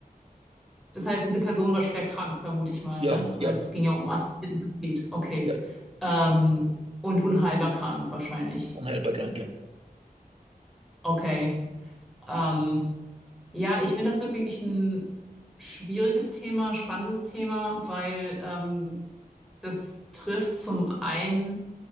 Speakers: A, in the centre; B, on the right.
A: Das heißt, diese Person war schwer krank, vermute ich mal,
B: Ja,
A: ne? Weil
B: ja,
A: es ging ja um assistierten Suizid. Okay.
B: ja,
A: Ähm, und unheilbar krank wahrscheinlich.
B: unheilbar Kranke.
A: Okay. Ähm, ja, ich finde das wirklich ein schwieriges Thema, spannendes Thema, weil ähm, das trifft zum einen